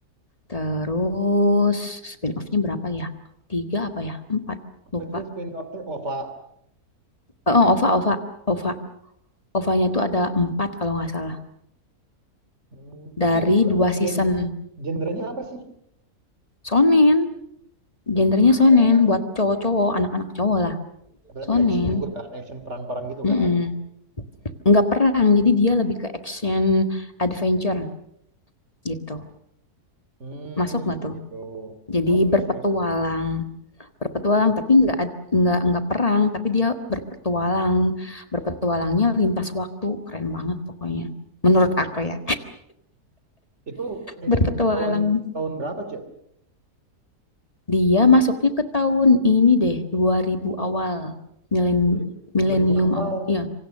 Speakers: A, on the left; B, on the right.
A: Terus spin-off-nya berapa ya? Tiga apa ya? Empat,
B: Apa
A: lupa.
B: itu spin off-nya? OVA.
A: Eh, Oh, OVA, OVA, OVA. OVA-nya tuh ada empat kalau nggak salah.
B: Hmm, tapi
A: Dari
B: itu
A: dua season.
B: gen genrenya apa sih?
A: Sonen, gendernya
B: Oh.
A: sonen. Buat cowok-cowok, anak-anak cowok lah.
B: Tapi
A: Sonen.
B: action juga kan, action perang-perang gitu
A: Mm-mm.
B: kan.
A: Nggak perang, jadi dia lebih ke action adventure gitu.
B: Hmm,
A: Masuk nggak tuh?
B: gitu.
A: Jadi
B: Masuk,
A: berpetualang.
B: masuk, masuk.
A: berpetualang tapi nggak nggak nggak perang tapi dia berpetualang berpetualangnya lintas waktu keren banget pokoknya menurut aku ya
B: Itu anime
A: berpetualang
B: tahun tahun berapa, Cek?
A: dia masuknya ke tahun ini deh 2000 awal milen
B: Duri-
A: milenium
B: 2000 awal.
A: awal iya